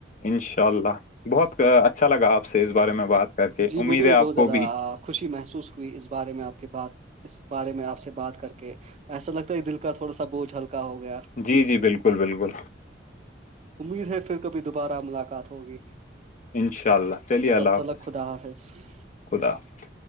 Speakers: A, on the left (about 45°); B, on the right (about 35°).
A: انشاء اللہ بہت اچھا لگا آپ سے اس بارے میں بات کر کے
B: جی
A: امید
B: مجھے بھی
A: ہے آپ
B: بہت زیادہ
A: کو بھی
B: خوشی محسوس ہوئی اس بارے میں آپ کی بات اس بارے میں آپ سے بات کر کے ایسا لگتا ہے دل کا تھوڑا سا بوجھ ہلکا ہو گیا
A: جی جی بالکل بالکل
B: امید ہے پھربھی دوبارہ ملاقات ات ہوگی
A: انشاء اللہ چلیے اللہ
B: تب تلک
A: حافظ
B: خدا حافظ <unintelligible>
A: خدا حافظ